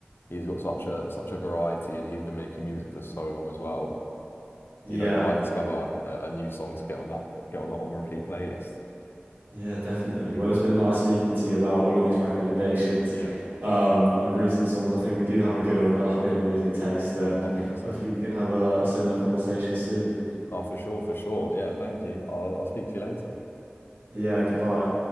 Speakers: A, on the left; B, on the right.
A: he's got such a such a variety and he's been making music for so long as well
B: Yeah,
A: you know you might discover a, a new song to get on that get on that on repeat playlist
B: yeah, definitely.
A: mm,
B: Well, it's been nice speaking to you about all of these recommendations
A: yeah
B: um and recent songs. I think we do have a good overlap in music taste, and
A: mm, 100%
B: hopefully we can have a, a similar conversation soon.
A: oh for sure for sure yeah thank you I'll, I'll speak to you later
B: Yeah, goodbye.